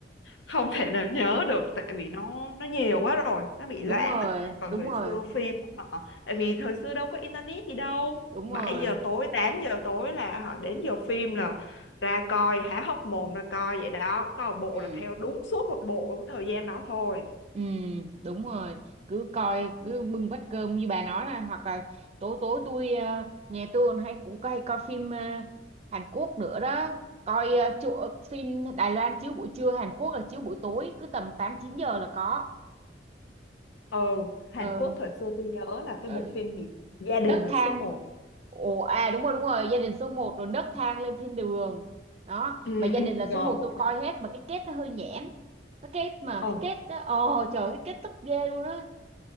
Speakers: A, on the left; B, on the right.
A: không thể nào nhớ được tại vì nó nó nhiều quá rồi nó bị
B: đúng
A: loãng
B: rồi
A: á còn
B: đúng
A: thời
B: rồi
A: xưa phim á, họ tại vì thời xưa đâu có internet gì đâu
B: đúng
A: 7
B: rồi đúng rồi
A: giờ tối 8 giờ tối là họ đến giờ phim là ra coi há hốc mồm ra coi vậy đó có một bộ
B: ừ
A: là theo đúng suốt một bộ cái thời gian đó thôi
B: Ừ, đúng rồi cứ coi cứ bưng bát cơm như bà nói là hoặc là tối tối tôi ờ, nhà tôi còn hay cũng hay coi phim ờ, Hàn Quốc nữa đó coi ờ, chỗ, ờ, phim Đài Loan chiếu buổi trưa Hàn Quốc là chiếu buổi tối cứ tầm 8 9 giờ là có
A: ừ Hàn
B: ừ,
A: Quốc thời xưa tôi nhớ là cái
B: ờ,
A: bộ phim gì gia
B: nấc
A: đình là
B: thang
A: số một
B: ồ à đúng rồi đúng rồi gia đình số một rồi nấc thang lên thiên đường đó
A: ừ,
B: mà gia
A: ừ,
B: đình là
A: rồi
B: số một
A: bộ
B: tôi coi
A: phim
B: hết mà cái kết nó hơi nhảm cái kết mà
A: ừ
B: cái kết đó, ồ trời cái kết tức ghê luôn á